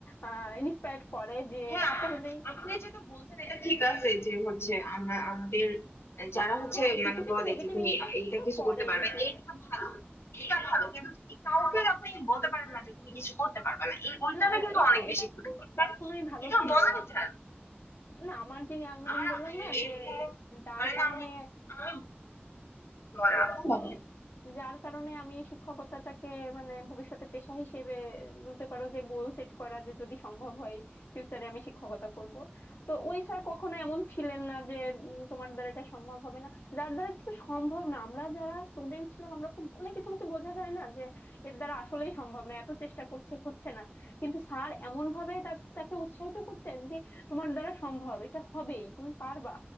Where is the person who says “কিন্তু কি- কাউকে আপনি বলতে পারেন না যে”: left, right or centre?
Left